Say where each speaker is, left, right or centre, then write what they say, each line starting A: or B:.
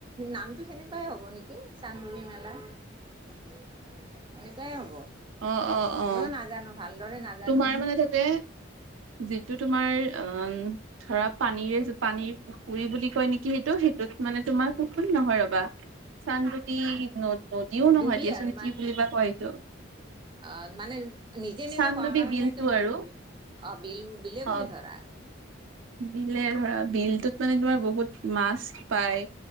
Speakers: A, on the right; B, on the right.
A: নামটো সেনেকুৱাই হ'ব নেকি চান্দুৰী মালা এনেকুৱাই হ'ব
B: অ অ অ
A: ময়ো নাজানো ভালদৰে নাজানো
B: তোমাৰ মানে তাতে যিটো তোমাৰ অ ধৰা পানীৰে পানীৰ পুখুৰী বুলি কয় নেকি সেইটো সেইটোত মানে তোমাৰ পুুৰী নহয় ৰবা চানবদি ন নদীও নহয়
A: ডুবি
B: দিয়চোন
A: আৰু
B: কি
A: মানে
B: বুলিিবা কয় এইটো
A: অ মানে নিজে নিজে
B: চানডুবি
A: হোৱা কাৰণেটো
B: বিলটো
A: দু
B: আৰু
A: অ বিল বিলে বুলি
B: অ
A: ধৰা আৰু
B: বিলে ধৰা বিলটোত মানে তোমাৰ বহুত মাাস্ পাই